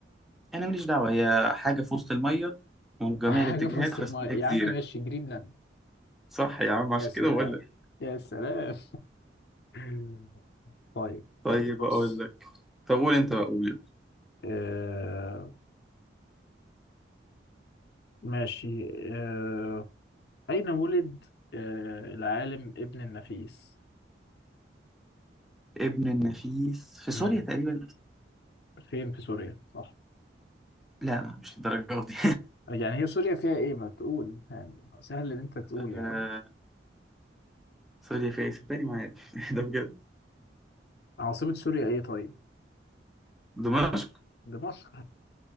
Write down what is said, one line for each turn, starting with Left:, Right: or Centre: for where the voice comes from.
Centre: أنا ماليش دعوة هي حاجة في وسط المية ومن جميع
Left: <laughs> حاجة
Centre: الاتجاهات
Left: في وسط
Centre: فاسمها
Left: الماء يا
Centre: جزيرة
Left: عم ماشي جرينلاند
Centre: صح يا عم
Left: يا
Centre: عشان
Left: سلام
Centre: كده بقول لك
Left: يا سلام <laughs> طيب
Centre: طيب
Left: بص
Centre: أقول لك طب قول أنت بقى قول
Left: آه ماشي آه أين ولد آه العالم ابن النفيس
Centre: ابن النفيس في
Left: مم.
Centre: سوريا تقريبا
Left: فين في سوريا صح
Centre: لا لا مش للدرجة دي
Left: يعني هي سوريا فيها ايه ما تقول يعني سهل ان انت تقول
Centre: <laughs>
Left: يعني
Centre: آه، سوريا في إيه؟ صدقني ما عارف <laughs> ده بجد
Left: عاصمة سوريا ايه طيب؟
Centre: دمشق
Left: دمشق